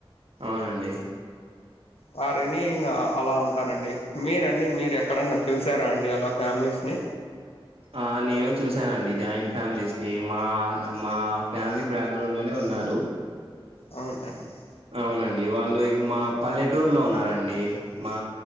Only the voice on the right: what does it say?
అవునండి
ఆ నేను చూసానండి జాయింట్ ఫ్యామిలీస్ ని మా మా ఫ్యామిలీ బ్యాక్గ్రౌండ్ లోనే ఉన్నారు
అవునండి వాళ్ళు మా పల్లెటూరులో ఉన్నారంండి మా